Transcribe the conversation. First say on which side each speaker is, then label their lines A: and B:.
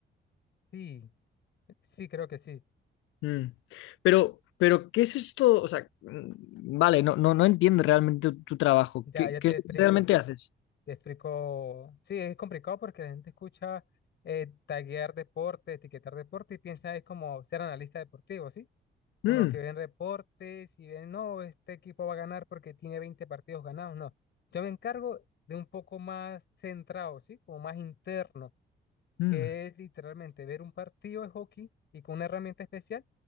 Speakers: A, on the left (about 60°); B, on the left (about 80°).
A: Sí, sí, creo que sí.
B: Mm. Pero, pero, ¿qué es esto? O sea, mm, vale, no, no, no entiendo realmente tu, tu trabajo.
A: Ya,
B: ¿Qué,
A: ya
B: qué
A: te
B: es
A: explico.
B: lo que realmente haces?
A: Te explico. Sí, es complicado porque la gente escucha eh, taguear deporte, etiquetar deporte y piensa es como ser analista deportivo, ¿sí? Como
B: Mm,
A: los que ven reportes y ven, no, este equipo va a ganar porque tiene 20 partidos ganados. No, yo me encargo de un poco más centrado, ¿sí? Como más interno
B: mm,
A: que es literalmente ver un partido de hockey y con una herramienta especial